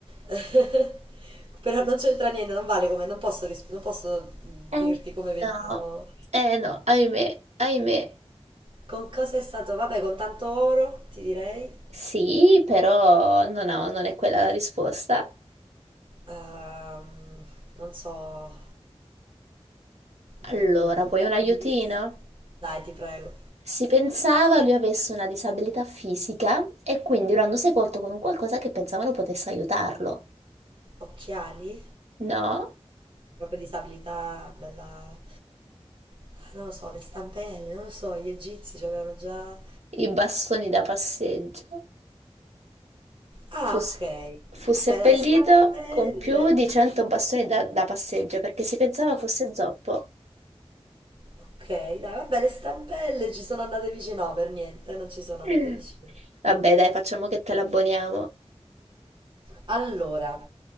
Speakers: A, on the right; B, on the right.
A: <laughs> Però non c'entra niente, non vale come, non posso, ris- non posso
B: Eh,
A: dirti come venivano.
B: No, eh no, ahimè, ahimè.
A: Con cosa è stato? Vabbè, con tanto oro, ti direi.
B: Sì, però no, no, non è quella la risposta.
A: Ehm, non so.
B: Allora,
A: Mm,
B: vuoi
A: dammi
B: un aiutino?
A: un indizio. Dai, ti prego.
B: Si pensava lui avesse una disabilità fisica e quindi lo hanno sepolto con un qualcosa che pensavano potesse aiutarlo.
A: Occhiali?
B: No,
A: Proprio disabilità, bella... Ah, Non lo so, le stampelle, non lo so, gli egizi ci avevano già...
B: i bastoni da passeggio.
A: Ah,
B: Fu, se-
A: ok.
B: fu seppellito
A: Vabbè, dai, stampelle.
B: con più di 100 bastoni da, da passeggio perché si pensava fosse zoppo.
A: Ok, dai, vabbè, le stampelle ci sono andate vicino. No, per niente, non ci sono
B: <laughs>
A: andate vicino.
B: Vabbè, dai, facciamo che te l'abboniamo.
A: Allora,